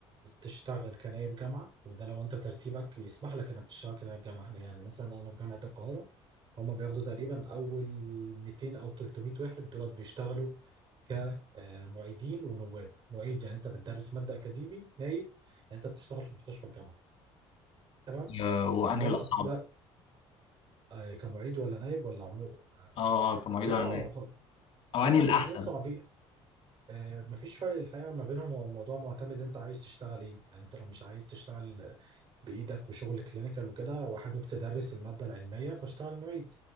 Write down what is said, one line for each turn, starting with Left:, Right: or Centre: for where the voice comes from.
Right: تشتغل كنايب جامعة وده لو أنت ترتيبك يسمح لك إنك تشتغل كنايب جامعة هنا يعني مثلا أنا في جامعة القاهرة هما بياخدوا تقريبا أول 200 أو 300 واحد دولت بيشتغلوا كمعيدين ونواب معيد يعني أنت بتدرس مادة أكاديمي نايب يعني أنت بتشتغل في مستشفى الجامعة تمام
Left: آه، وانهي
Right: ده
Left: الاصعب
Right: لا ده آه، كمعيد ولا نايب ولا عمو آه،
Left: اه اه كمعيد
Right: لا
Left: ولا
Right: هو-
Left: او
Right: لا
Left: انهي
Right: هما
Left: الاحسن
Right: الاتنين صعبين آه، مفيش فرق الحقيقة ما بينهم هو الموضوع معتمد انت عايز تشتغل ايه يعني انت لو مش عايز تشتغل بإيدك وشغل كلينيكال وكده وحابب تدرس المادة العلمية فاشتغل معيد